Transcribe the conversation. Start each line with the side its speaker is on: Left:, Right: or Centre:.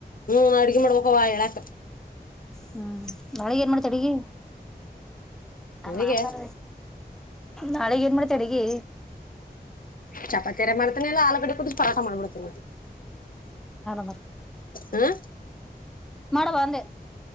Left: ಹ್ಮ್- ಅಡ್ಗೆ ಮಾಡ್ಬೇಕವಾ ಹೇಳಾಕ
Centre: ಹ್ಮ್- ನಾಳೆ ಏನ್ ಮಾಡ್ತ ಅಡಗಿ ನಾ-
Left: ಅದಗೆ
Centre: ಮಾತಾಡ ನಾಳೆಗೆ ಏನ್ ಮಾಡತೆ ಅಡಗಿ
Left: ಚಪಾತಿಯರಿ ಮಾಡ್ತಾನ ಇಲ್ಲ ಆಲಗಡೆ ಕುೂಡು ಪರಾಟ ಮಾಡಬಿಡ್ತೇನಿ.
Centre: ಹ
Left: ಹ್ಮ
Centre: ಮಡವಾಂದ